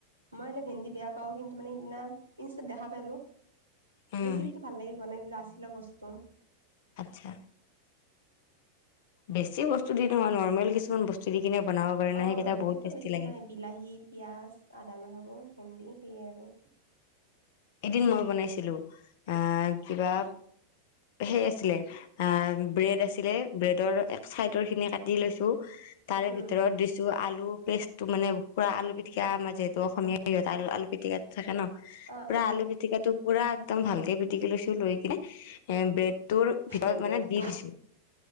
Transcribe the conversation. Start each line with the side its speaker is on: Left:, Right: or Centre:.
Right: মই এনে ভেন্দি বেয়া পাও কিন্তু মানে সিদিনা ইনষ্টাত দেখা পালো।
Left: উম
Right: ৰেচিপি টো ভাল লাগিল বনাই দিলো আছিলা বস্তু।
Left: আচ্ছা। বেছি বস্তু দি নহয় নৰ্মেল কিছুমান বস্তু দি কিনে বনাব পাৰে
Right: অ',
Left: নে সেইকেইটা
Right: সেইটোতো
Left: বহুত টেষ্টি
Right: বেছি
Left: লাগে।
Right: নাই বিলাহী, পিয়াজ, আদা, নহৰু, ভেন্দি সেয়া আৰু।
Left: এদিন মই বনাইছিলো আহ কিবা সেই আছিলে। আ ব্ৰেড আছিলে ব্ৰেডৰ এক চাইডৰ খিনি কাটি লৈছো তাৰে
Right: হম
Left: ভিতৰত দিছ ছো আলুৰ পেষ্টটো মানে পুৰা আলু পিটিকা আমাৰ যিহেতু অসমীয়া হেৰিত আ আলু পিটিকাত থাকে ন?
Right: অ',
Left: পুৰা
Right: অ'।
Left: আলু পিটিকা টো পুৰা একদম ভালকে পিটিকি লৈছো লৈ কিনে এ ব্ৰেডটোৰ ভিতৰত
Right: এ ব্ৰেডটো
Left: মানে দি দিছো